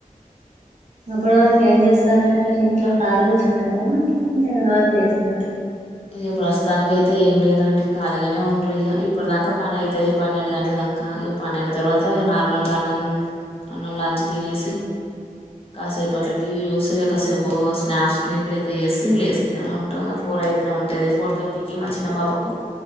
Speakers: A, on the right; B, on the left.
A: అప్పటి వరకు ఏం చేస్తారండి మీరు ఇంట్లో ఖాళిగా కూర్చుంటారా లేకుంటే ఏమైనా వర్క్ చేస్తారా.
B: ఇక ప్రస్తుతానికయితే ఏం లేదండి ఖాళీగానే ఉండుడు ఇగ ఇప్పడుదంకా పని అయితది పన్నెండు గంటల దాంకా పన్నెండు తర్వాత నార్మల్గా అన్నమ్ అన్నం లంచ్ తినేసి కాసేపు అట్లా టీవీ చూసి కాసేపు స్నాప్ స్నీప్ లైతే యేసి లేస్తేనే ఉంటాం ఫోర్ అయి ఎత్తను ఉంటాది ఫోర్ థర్టీకి మా చిన్న పాపకు